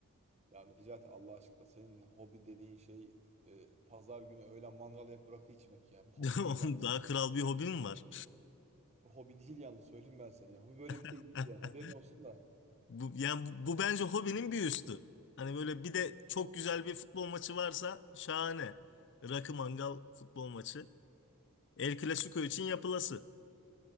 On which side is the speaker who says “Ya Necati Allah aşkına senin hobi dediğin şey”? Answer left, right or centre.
Right